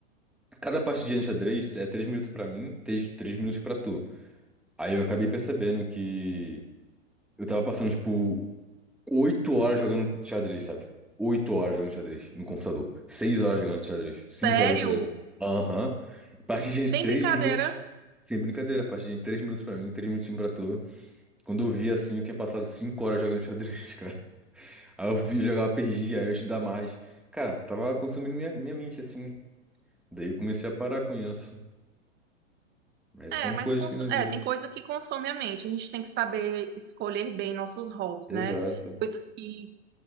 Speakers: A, in the centre; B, on the right.
A: cada partidinha de xadrez é três minutos pra mim, três três minutos pra tu. Aí eu acabei percebendo que Eu tava passando, tipo, oito horas jogando xadrez, sabe? Oito horas jogando xadrez no computador. Seis horas jogando xadrez. Cinco
B: sério,
A: horas jogando xadrez. Aham. Partidinha
B: sem
A: de três
B: brincadeira.
A: minutos. Sem brincadeira, partidinha de três minutos pra mim, três minutinhos pra tu. Quando eu vi assim, eu tinha passado cinco horas jogando xadrez, <laughs> cara. Aí eu vi jogar, perdi, aí eu estudar mais. Cara, tava consumindo minha, minha mente, assim. Daí eu comecei a parar com isso. Mas
B: É,
A: são
B: mas
A: coisas
B: cons-
A: que tem na vida.
B: é, tem coisa que consome a mente. A gente tem que saber escolher bem nossos hobbies,
A: Exato,
B: né? Coisas que,